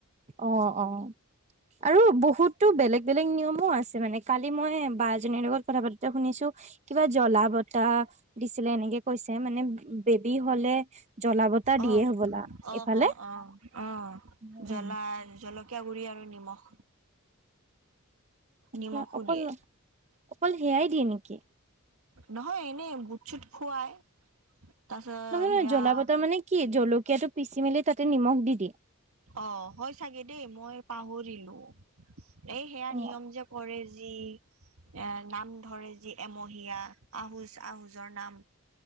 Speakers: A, on the right; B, on the right.
A: অ অ আৰু বহুতো বেলেগ বেলেগ নিয়মো আছে মানে কালি মই বা এ জনীৰ লগত কথা পাতোতে শুনিছো। কিবা জলা বতাহ দিছিলে এনেকে কৈছে মানে বেবি হলে জ্বলা বতা দিয়ে
B: আহ
A: হবলা
B: আহ
A: এইফালে
B: অ আহ আহ
A: উম,
B: জলা জলকীয়া গুঢ়ি আৰু নিমখ
A: আচ্ছা
B: নিমখো
A: অকল
B: দিয়ে
A: অকল হেয়াই দিয়ে নেকি।
B: নহয় এনে বুটছুট খুৱাই তাৰপিছত
A: নহয় নহয়
B: সেয়া
A: জ্বলা পতা মানে কি জলকীয়াটো পিচি মেলি তাতে নিমখ দি দিয়ে
B: অ হয় চাগে দেই মই পাহৰিলো এই সেয়া
A: অ',
B: নিয়ম যে কৰে যি এ নাম ধৰে যি এমহীয়া আহোজ আহোজৰ নাম